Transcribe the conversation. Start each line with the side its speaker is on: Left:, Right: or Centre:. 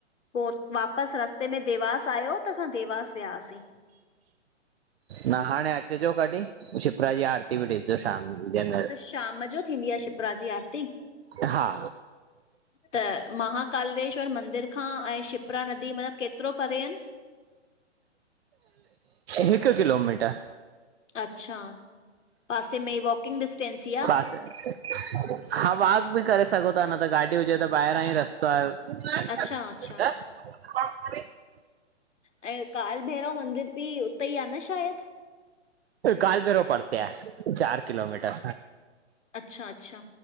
Left: पो वापस रस्ते में देवास आयो त असां देवास वियाहासीं।
Right: न हाणे अचजो कॾी, शिपरा जी आरती बि ॾिसजो शाम जनत
Left: त शाम जो थींदी आ शिपरा जी आरती?
Right: हा।
Left: त माहाकालेश्वर मंदिर खां ऐं शिप्रा नदी मतल केतिरो परे आन?
Right: हिकु किलोमीटर।
Left: अच्छा, पासे में वॉकिंग डिस्टेंस ई आ।
Right: अच्छा। हा वॉक बि करे सघो था न त गाॾी हुजे त ॿाहिरां ई रस्तो आहे।
Left: अच्छा अच्छा।
Right: <unintelligible>
Left: ऐं कालभैरव मंदिर बि उते ई आ न शायद?
Right: पर कालभैरो परते आहे, चार किलोमीटर।
Left: अच्छा-अच्छा,